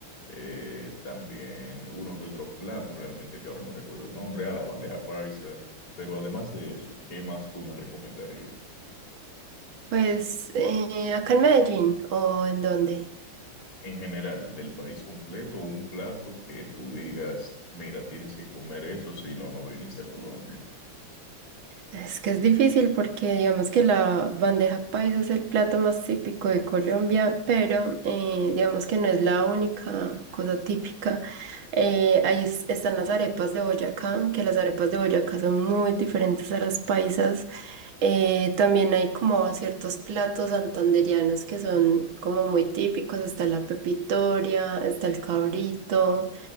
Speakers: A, on the left; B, on the right.
A: eh, también uno que otro plato, realmente que ahora no recuerdo el nombre, a la bandeja paisa, pero además de eso, ¿qué más tú me recomendarías?
B: Pues, eh, ¿acá en Medellín o en dónde?
A: En general, del país completo, un plato que tú digas, mira, tienes que comer eso, si no, no viniste a Colombia.
B: Es que es difícil porque digamos que la bandeja paisa es el plato más típico de Colombia, pero eh, digamos que no es la única cosa típica. Eh, ahí es- están las arepas de Boyacá, que las arepas de Boyacá son muy diferentes a las paisas. Eh, también hay como ciertos platos santandereanos que son como muy típicos. Está la pepitoria, está el cabrito.